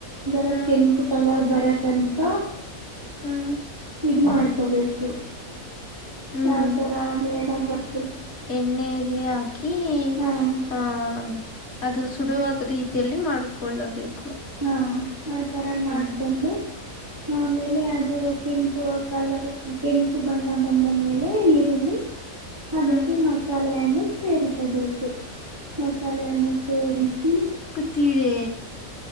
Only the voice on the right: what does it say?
ರ
ಕೆಂಪು ಕಲರ್ ಬರೋತಂಕ
ಇ ಮಾಡ್ಕೋಬೇಕು
ಯಾವ ತರ ಅ ಹೇಳ ಬರ್
ಹಾಂ
ಹಾ ಆಥರ ಮಾಡ್ಕೊಂಡೆ
ಆಮೇಲೆ ಅದು ಕೆಂಪು ಕಲರ್ ಕೆಂಪು ಬಣ್ಣ ಬಂದ ಮೇಲೆ ಈರುಳ್ಳಿ <inaudible> ಅದಕ್ಕೆ
ಮಸಾಲೆಯನ್ನು ಸೇರಿಸಬೇಕು ಮಸಾಲೆಯನ್ನು ಸೇರಿಸಿ